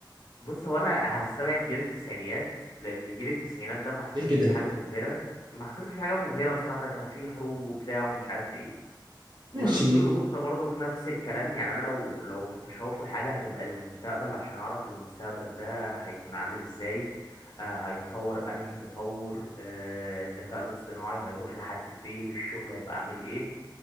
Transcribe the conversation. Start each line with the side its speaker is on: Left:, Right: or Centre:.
Left: بص هو انا هستبعد جيل التسعينيات لان جيل التسعينات ده ما حصلش
Right: دي كده
Left: فيه حاجة مبهرة ما حصلش فيه حاجة مبهرة بصراحة ده كان فيه حروب وبتاع ومش عارف ايه
Right: ماشي
Left: والعصور الوسطى برضك نفس الكلام يعني انا لو لو متشوق لحاجه هتبقى للمستقبل عشان اعرف المستقبل ده هيكون عامل ازاي آه هيتطور انهي تطور آه الذكاء الاصطناعي هيروح لحد فين الشغل هيبقى عامل ايه